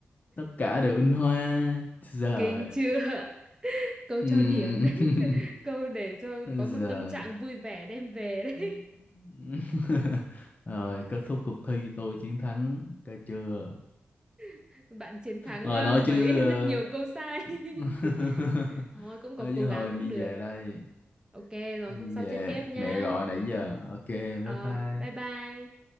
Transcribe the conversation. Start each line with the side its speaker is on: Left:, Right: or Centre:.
Left: Tất cả đều in hoa. Giờ.
Right: kinh chưa câu
Left: <laughs>
Right: cho điểm đấy <laughs> câu để cho
Left: Giờ.
Right: có một tâm trạng vui vẻ đem về đấy
Left: <laughs> rồi kết thúc cuộc thi tôi chiến thắng cái chưa
Right: <laughs> bạn chiến thắng
Left: rồi
Right: ờ,
Left: nói chứ
Right: với
Left: ờ,
Right: rất nhiều câu sai
Left: <laughs>
Right: <laughs> thôi cũng có
Left: nói
Right: cố
Left: chứ
Right: gắng
Left: hồi em
Right: cũng
Left: đi
Right: được
Left: về đây
Right: Ok rồi
Left: em
Right: hôm
Left: đi
Right: sau
Left: về
Right: chơi tiếp nhá.
Left: mẹ gọi nãy giờ ok
Right: Rồi,
Left: bye bye
Right: bye bye.